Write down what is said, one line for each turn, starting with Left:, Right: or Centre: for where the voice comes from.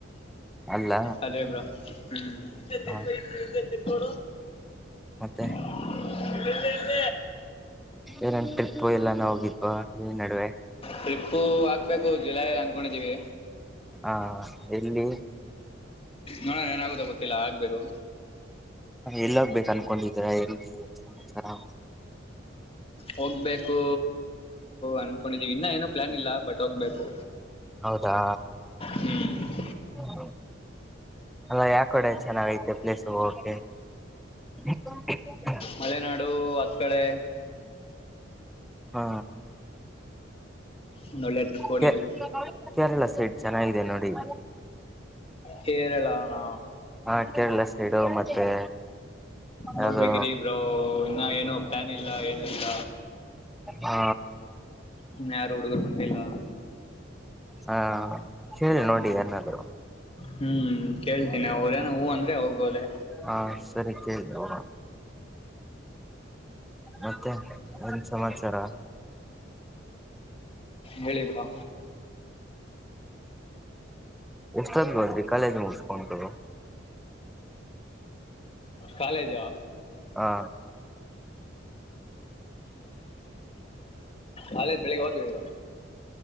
Centre: ಅಲ್ಲ
Left: ಅದೇಬ್ರಾ ಹ್ಮ್ ಇದ್ದ
Centre: ಹ
Left: ತಿರ್ಕೋ ಇದ್ದ ತಿರ್ಕೋಳ
Centre: ಮತ್ತೆ
Left: ಇ ಇಲ್ಲ ಇಲ್ಲ
Centre: ಏನೆನ್ ಟ್ರಿಪ್ ಎಲ್ಲಾನಾ ಹೋಗಿತ್ತು ಈಲ್ಲಿ ನಡುವೆ
Left: ಟ್ರಿಪ್ಪು ಆಗ್ಬೇಕು ಜುಲೈಲ್ಲಿ ಅಂದಕೊಂಡಿದ್ದೀವಿ
Centre: ಹಾ ಎಲ್ಲಿ
Left: ನೋಡೋಣ ಏನಾಗುತ್ತಾ ಗೊತ್ತಿಲ್ಲ ಆಗ್ಬೇಕು
Centre: ಎಲ್ಲೋಗ್ಬೇಕು ಅನ್ಕೊಂಡಿದರ ಎಲ್ಲಿತರ
Left: ಹೋಗ್ಬೇಕು ಅನ್ಕೊಂಡಿದೀವಿ ಇನ್ನ ಏನೋ ಪ್ಲಾನ್ ಇಲ್ಲ ಬಟ್ ಹೋಗ್ಬೇಕು
Centre: ಹೌದಾ
Left: ಹ್ಮ್
Centre: ಹ್ಮ ಅಲ್ಲ ಯಾವ ಕಡೆ ಚೆನ್ನಾಗೈತೆ ಪ್ಲೇಸ್ ಹೋಗಕ್ಕೇ ನ <inaudible>
Left: ಮಳೆನಾಡು ಹತ್ ಕಡೇ
Centre: ಹಾ
Left: ಒಂದ್ ಒಳ್ಳೆ ಟ್ರಿಪ್ ಹೊಡಿಬೇಕು
Centre: ಕೆ ಕೇರಳ ಸೈಡ್ ಚೆನ್ನಾಗಿದೆ ನೋಡಿ
Left: ಕೇರಳಾನಾ
Centre: ಹ ಕೇರಳ ಸೈಡು ಮತ್ತೆ
Left: ನೋಡ್ಬೇಕಿರಿ
Centre: ಅದು
Left: ಬ್ರೋ ಇನ್ನ ಏನು ಪ್ಲಾನ್ ಇಲ್ಲ ಏನು ಇಲ್ಲ
Centre: ಹಾ
Left: ಇನ್ನ ಯಾರು ಹುಡುಗರು ಬಂದಿಲ್ಲ
Centre: ಹಾ ಹೇಳಿ ನೋಡಿ
Left: ಹ್ಮ್
Centre: ಯಾರನಾದ್ರು
Left: ಹ್ಮ್ ಕೇಳ್ತೀನಿ ಅವ್ರೇನ ಹೂ ಅಂದ್ರೆ ಹೋಗೋದೆ
Centre: ಹಾ ಸರಿ ಕೇಳಿ ಬ್ರೋ ಮತ್ತೆ ಏನ್ ಸಮಾಚಾರ
Left: ಹೇಳಿ ಬ್ರೋ
Centre: ಎಷ್ಟದ್ಗ ಹೋದ್ರಿ ಕಾಲೇಜ್ ಮುಗಿಸಿಕೊಂಡು.
Left: ಕಾಲೇಜು.
Centre: ಹಾ.
Left: ಕಾಲೇಜು ಬೆಳಗ್ಗೆ ಹೋದ್ವಿ.